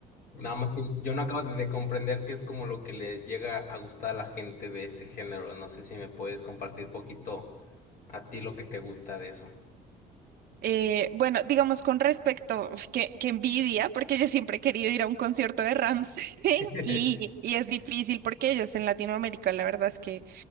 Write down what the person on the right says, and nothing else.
Eh, bueno, digamos con respecto, uf, que, que envidia, porque yo siempre he querido ir a un concierto de Rammstein
<laughs> y, y es difícil porque ellos en Latinoamérica, la verdad es que